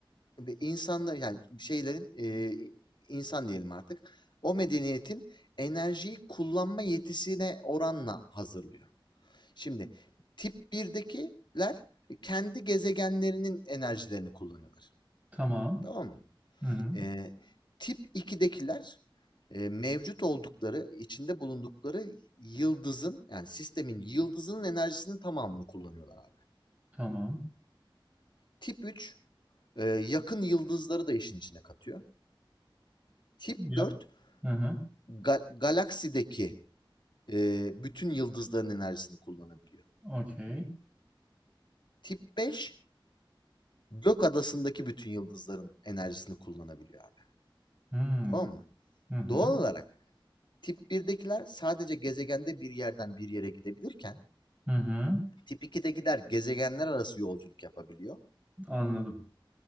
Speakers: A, on the left; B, on the right.
A: insanda yani şeylerin e, insan diyelim artık o medeniyetin enerjiyi kullanma yetisine oranla hazırlıyor. Şimdi tip birdekiler kendi gezegenlerinin enerjilerini kullanıyorlar.
B: Tamam.
A: Tamam mı?
B: Hı hı.
A: Eee, Tip ikidekiler eee, mevcut oldukları, içinde bulundukları yıldızın, yani sistemin yıldızının enerjisinin tamamını kullanıyorlar abi.
B: Tamam.
A: Tip 3 eee, yakın yıldızları da işin içine katıyor. Tip
B: Ya.
A: 4
B: Hı hı.
A: ga- galaksideki eee, bütün yıldızların enerjisini kullanabiliyor.
B: Okey.
A: Tip 5 gök adasındaki bütün yıldızların enerjisini kullanabiliyor abi.
B: Hı hı.
A: Tamam mı?
B: Hı hı.
A: Doğal olarak tip birdekiler sadece gezegende bir yerden bir yere gidebilirken
B: Hı
A: Tip 2'dekiler gezegenler arası yolculuk yapabiliyor.
B: Anladım.